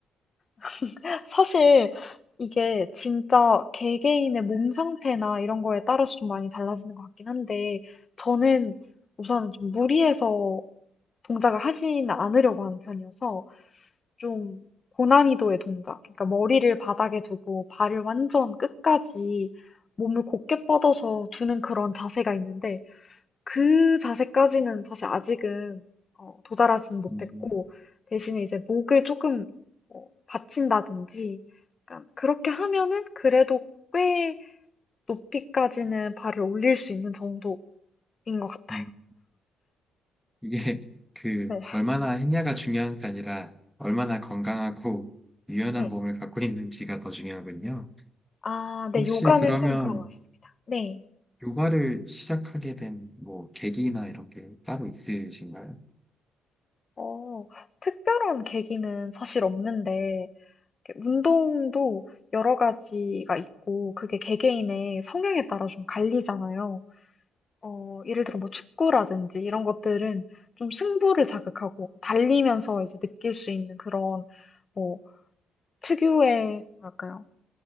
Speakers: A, on the left; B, in the centre.
A: <laughs> 사실 이게 진짜 개개인의 몸 상태나 이런 거에 따라서 좀 많이 달라지는 것 같긴 한데, 저는 우선 좀 무리해서 동작을 하지는 않으려고 하는 편이어서 좀 고난이도의 동작, 그러니까 머리를 바닥에 두고 발을 완전 끝까지 몸을 곧게 뻗어서 두는 그런 자세가 있는데, 그 자세까지는 사실 아직은 어, 도달하지는 못했고,
B: 음,
A: 대신에 이제 목을 조금 어, 받친다든지, 약간 그렇게 하면은 그래도 꽤 높이까지는 발을 올릴 수 있는 정도인 것 같아요.
B: 음. 이게 그
A: 네.
B: 얼마나 했냐가 중요한 게 아니라 얼마나 건강하고 유연한
A: 네.
B: 몸을 갖고 있는지가 더 중요하군요.
A: 아, 네.
B: 혹시
A: 요가는
B: 그러면
A: 좀 그런 것 같습니다. 네.
B: 요가를 시작하게 된 뭐 계기나 이런 게 따로 있으신가요?
A: 어, 특별한 계기는 사실 없는데, 이렇게 운동도 여러 가지가 있고, 그게 개개인의 성향에 따라 좀 갈리잖아요. 어, 예를 들어 뭐 축구라든지 이런 것들은 좀 승부를 자극하고 달리면서 이제 느낄 수 있는 그런 뭐 특유의 뭐랄까요?